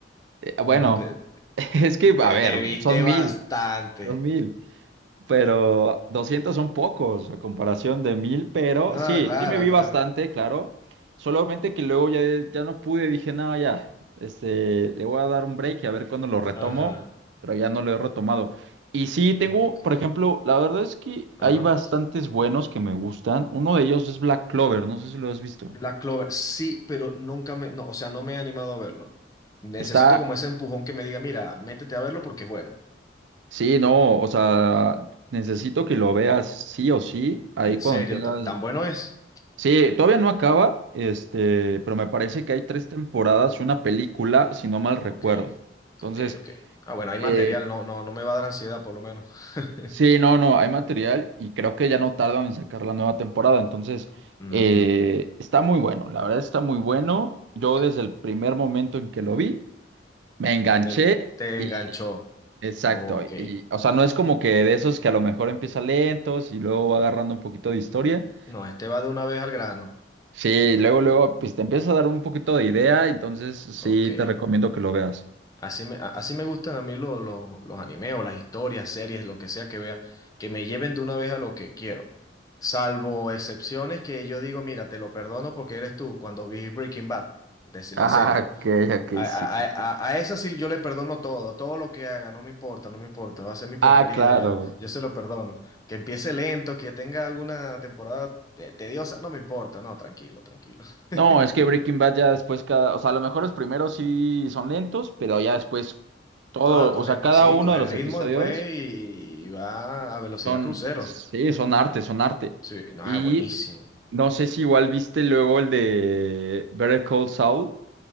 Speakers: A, on the right (about 75°); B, on the left (about 20°).
A: Eh,
B: No,
A: bueno,
B: te,
A: <laughs> es que,
B: te,
A: a ver,
B: te viste
A: son
B: bastante.
A: mil, son mil. pero 200 son pocos a comparación de mil pero
B: No,
A: sí,
B: claro,
A: sí me vi
B: claro.
A: bastante, claro. Solamente que luego ya, ya no pude, dije, no, ya, este, le voy a dar un break y a ver cuándo lo retomo,
B: Ajá.
A: pero ya no lo he retomado. Y sí, tengo,
B: No, ok.
A: por ejemplo, la verdad es que
B: Ajá.
A: hay bastantes buenos que me gustan. Uno de ellos es Black Clover, no sé si lo has visto.
B: Black Clover, sí, pero nunca me, no, o sea, no me he animado a verlo. Necesito
A: Está,
B: como ese empujón que me diga, mira, métete a verlo porque es bueno.
A: sí, no, o sea, necesito que lo veas sí o sí, ahí
B: En
A: cuando
B: serio,
A: tengas,
B: ¿ta- ¿tan bueno es?
A: Sí, todavía no acaba, este, pero me parece que hay tres temporadas y una película, si no mal recuerdo.
B: Ok,
A: Entonces,
B: ok, ok. Ah, bueno, hay
A: eh,
B: material, no, no, no me va a dar ansiedad por lo menos. <laughs>
A: sí, no, no, hay material y creo que ya no tardan en sacar la nueva temporada. Entonces,
B: Ujú.
A: eh, está muy bueno, la verdad está muy bueno.
B: Ok.
A: Yo desde el primer momento en que lo vi, me enganché
B: Te, te
A: y,
B: enganchó.
A: exacto,
B: Ok.
A: y, o sea, no es como que de esos que a lo mejor empieza lentos y luego va agarrando un poquito de historia.
B: No, este va de una vez al grano.
A: Sí, luego, luego, pues te empieza a dar un poquito de idea, entonces sí
B: Ok.
A: te recomiendo que lo veas.
B: Así me, a- así me gustan a mí lo- lo- los animes o las historias, series, lo que sea que vea, que me lleven de una vez a lo que quiero. Salvo excepciones que yo digo, mira, te lo perdono porque eres tú cuando vi Breaking Bad, de
A: Ah,
B: la serie.
A: ok, ok,
B: A, a,
A: sí, sí,
B: a,
A: sí.
B: a- a esa sí yo le perdono todo, todo lo que haga, no me importa, no me importa, va a ser mi preferida,
A: Ah, claro.
B: yo, yo se lo perdono. Que empiece lento, que tenga alguna temporada eh, tediosa, no me importa, no, tranquilo, tranquilo. <laughs>
A: No, es que Breaking Bad ya después cada, o sea, a lo mejor los primeros sí son lentos, pero ya después todo,
B: No, coge,
A: o sea, cada
B: sí,
A: uno
B: coge
A: de los
B: ritmo
A: episodios
B: después y, y va a velocidad
A: son,
B: crucero.
A: sí, son arte, son arte.
B: Sí, no,
A: Y
B: es buenísimo.
A: no sé si igual viste luego el de Better Call Saul.